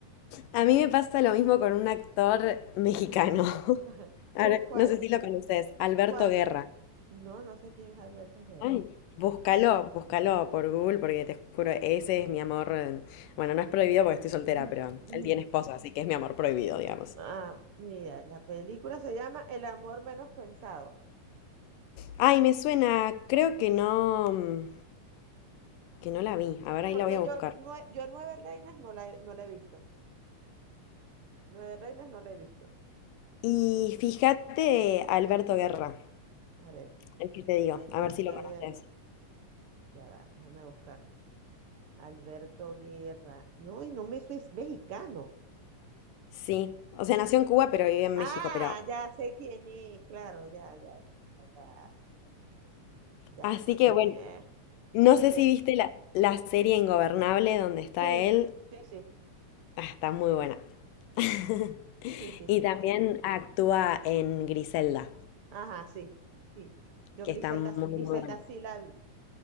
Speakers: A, on the left; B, on the right.
A: A mí me pasa lo mismo con un actor mexicano.
B: Ujú,
A: <laughs>
B: <laughs> ajá.
A: A
B: ¿Con
A: ver,
B: cuál?
A: no sé si lo conoces, Alberto
B: ¿Cuál?
A: Guerra.
B: No, no sé quién es Alberto Guerra.
A: Ay, búscalo, búscalo por Google, porque te juro, ese es mi amor. eh, Bueno, no es prohibido porque estoy soltera,
B: Mm,
A: pero
B: mm.
A: él tiene esposa, así que es mi amor prohibido, digamos.
B: Ah, mira, la película se llama El amor menos pensado,
A: Ay, me suena, creo que no, mm, que no la vi. A ver, ahí
B: porque
A: la voy a
B: yo,
A: buscar.
B: nue- yo Nueve Reinas no la, he- no la he visto. Nueve Reinas no la he visto.
A: Y fíjate, Alberto Guerra,
B: A ver,
A: el que te digo,
B: Alberto
A: a ver si lo conoces.
B: Guerra, ya va, déjame buscarla. Alberto Guerra. No, y no me eso es mexicano.
A: Sí, o sea, nació en Cuba, pero vive en
B: Ah,
A: México, pero...
B: ya sé quién es, claro, ya, ya, ya, ya,
A: Así
B: ya, ya
A: que
B: sé
A: bueno,
B: quién es.
A: no
B: El
A: sé
B: de...
A: si viste la, la serie Ingobernable donde está
B: Sí,
A: él.
B: sí, sí,
A: Ah, está muy buena. <laughs>
B: sí, sí,
A: Y
B: sí,
A: también
B: sí.
A: actúa en Griselda,
B: Ajá, sí, sí. Yo
A: que
B: Griselda,
A: está muy,
B: Griselda
A: muy buena.
B: sí la vi.